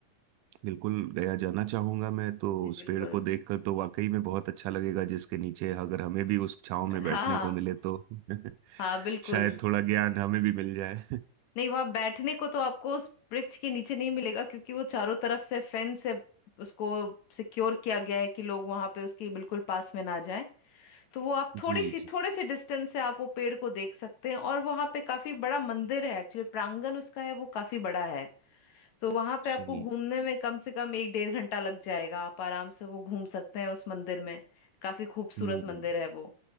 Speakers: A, on the right (about 80°); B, on the left (about 65°).
A: बिल्कुल गया जाना चाहूंगा मैं तो
B: जी
A: उस
B: बिल्कुल
A: पेड़ को देखकर तो वाकई में बहुत अच्छा लगेगा जिसके नीचे अगर हमें भी उस छांव में बैठने
B: हाँ हाँ
A: को मिले तो <laughs>
B: हाँ बिल्कुल
A: शायद थोड़ा ज्ञान हमें भी मिल जाए
B: नहीं वहां बैठने को तो आपको उस वृक्ष के नीचे नहीं मिलेगा क्योंकि वो चारों तरफ से फेंस से उसको सिक्योर किया गया है कि लोग वहां पे उसके बिल्कुल पास में ना जाएं तो वो आप
A: <laughs>
B: थोड़ी
A: जी
B: सी
A: जी
B: थोड़े से डिस्टेंस से आप वो पेड़ को देख सकते हैं और वहां पे काफी बड़ा मंदिर है एक्चुअली प्रांगण उसका है वो काफी बड़ा है तो वहां पे
A: जी
B: आपको घूमने में कम से कम एक डेढ़ घंटा लग जाएगा आप आराम से वो घूम सकते हैं उस मंदिर में काफी खूबसूरत
A: हम्म
B: मंदिर है वो